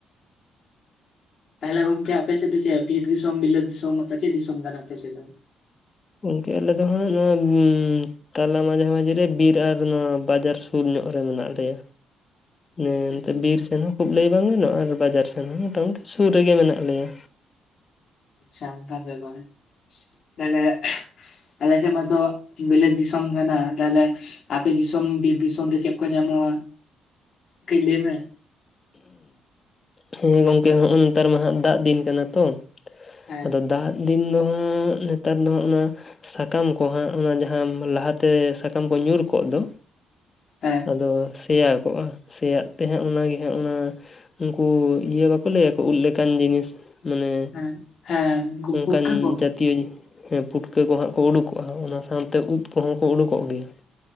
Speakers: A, on the left; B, on the left.
A: ᱛᱟᱦᱚᱞᱮ ᱜᱚᱢᱠᱮ ᱟᱯᱮ ᱥᱮᱫ ᱫᱚ ᱪᱮᱫ ᱵᱤᱨ ᱫᱤᱥᱚᱢ, ᱵᱤᱞᱟᱹᱛ ᱫᱤᱥᱚᱢ, ᱪᱮᱫ ᱫᱤᱥᱚᱢ ᱠᱟᱱᱟ ᱟᱯᱮ ᱥᱮᱫ ᱫᱚ?
B: ᱜᱚᱝᱠᱮ ᱟᱞᱮ ᱫᱚ ᱦᱟᱸᱜ ᱱᱚᱣᱟ ᱛᱟᱞᱟ ᱢᱟᱸᱡᱷᱟ ᱢᱟᱸᱡᱷᱤ ᱨᱮ ᱵᱤᱨ ᱟᱨ ᱱᱚᱣᱟ ᱵᱟᱡᱟᱨ ᱥᱩᱨ ᱧᱚᱜ ᱨᱮ ᱢᱮᱱᱟᱜ ᱞᱮᱭᱟ᱾ ᱮᱻ
A: ᱟᱪᱪᱷᱟ
B: ᱱᱮᱛᱮ ᱵᱤᱨ ᱥᱮᱱᱟ ᱠᱷᱩᱵ ᱞᱟᱹᱭ ᱵᱟᱝ ᱜᱟᱱᱚᱜ-ᱟ ᱟᱨ ᱵᱟᱡᱟᱨ ᱥᱮᱱ ᱦᱚᱸ ᱢᱚᱴᱟ ᱢᱩᱴᱤ ᱥᱩᱨ ᱨᱮᱜᱮ ᱢᱮᱱᱟᱜ ᱞᱮᱭᱟ᱾
A: ᱪᱷᱟ ᱚᱝᱠᱟ ᱵᱮᱯᱟᱨ ᱛᱟᱞᱚᱦᱮ ᱟᱞᱮ ᱥᱮᱜ ᱢᱟᱛᱚ ᱵᱤᱞᱟᱹᱛ ᱫᱤᱥᱚᱢ ᱠᱟᱱᱟ ᱛᱟᱦᱚᱞᱮ ᱟᱯᱮ ᱫᱤᱥᱚᱢ ᱵᱤᱨ ᱫᱤᱥᱚᱢ ᱨᱮ ᱪᱮᱫ ᱠᱚ ᱧᱟᱢᱚᱜ-ᱟ᱾ ᱠᱟᱹᱪ ᱞᱟᱹᱭ ᱢᱮ?
B: ᱦᱮᱸ ᱜᱚᱝᱠᱮ ᱦᱚᱜ-ᱚ ᱱᱚᱱᱛᱟᱨ ᱢᱟᱸ ᱦᱟᱸᱜ ᱫᱟᱜ ᱫᱤᱱ ᱠᱟᱱᱟ ᱛᱚ
A: ᱦᱮᱸ
B: ᱟᱫᱚ ᱫᱟᱜ ᱫᱤᱱ ᱫᱚᱦᱟᱸᱜ ᱱᱮᱛᱟᱨ ᱫᱚ ᱦᱟᱸᱜ ᱚᱱᱟ ᱥᱟᱠᱟᱢ ᱠᱚᱸᱦᱟᱸᱜ ᱚᱱᱟ ᱡᱟᱦᱟᱸ ᱞᱟᱦᱟᱛᱮ ᱥᱟᱠᱟᱢ ᱠᱚ ᱧᱩᱨ ᱠᱚᱜ ᱫᱚ
A: ᱦᱮᱸ
B: ᱟᱫᱚ ᱥᱮᱭᱟ ᱠᱚᱜ-ᱟ ᱥᱮᱭᱟᱜ ᱛᱮ ᱦᱟᱸᱜ ᱚᱱᱟᱜᱤ ᱦᱟᱸᱜ ᱚᱱᱟ ᱩᱱᱠᱩ ᱤᱭᱟᱹ ᱵᱟᱠᱚ ᱞᱟᱹᱭ ᱟᱠᱚ ᱩᱫ ᱞᱮᱠᱟᱱ ᱡᱤᱱᱤᱥ ᱢᱟᱱᱮ
A: ᱦᱮᱸ ᱩᱱᱠᱩ
B: ᱚᱱᱠᱟᱱ
A: ᱯᱩᱴᱠᱟᱹ ᱠᱚ
B: ᱡᱟᱹᱛᱤᱭᱟᱹᱨᱤ ᱦᱮᱸ ᱯᱩᱴᱠᱟᱹ ᱠᱚ ᱦᱟᱸᱜ ᱠᱚ ᱩᱰᱩᱠᱚᱜ-ᱟ ᱚᱱᱟ ᱥᱟᱶᱛᱮ ᱩᱫ ᱠᱚ ᱦᱚᱸ ᱠᱚ ᱩᱰᱩᱠᱚᱜ ᱜᱮᱭᱟ᱾